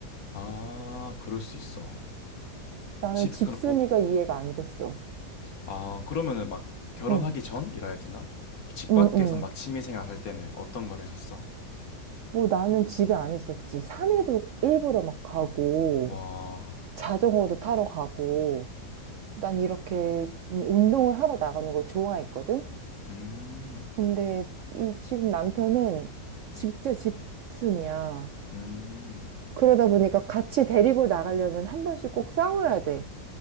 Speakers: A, on the left (about 55°); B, on the right (about 75°).
A: 아, 그럴 수 있어.
B: 나는
A: 집에,
B: 집순이가
A: 그럼 보,
B: 이해가 안 됐어.
A: 아, 그러면은 막 결혼하기
B: 응,
A: 전이라 해야 되나? 집
B: 응,
A: 밖에서
B: 응.
A: 막 취미생활 할 때는 어떤 걸 했었어?
B: 뭐 나는 집에 안 있었지. 산에도 일부러 막 가고,
A: 와,
B: 자전거도 타러 가고, 난 이렇게 좀 운동을 하러 나가는 걸 좋아했거든?
A: 음,
B: 근데 이 지금 남편은 진짜 집순이야.
A: 음.
B: 그러다 보니까 같이 데리고 나가려면 한 번씩 꼭 싸워야 돼.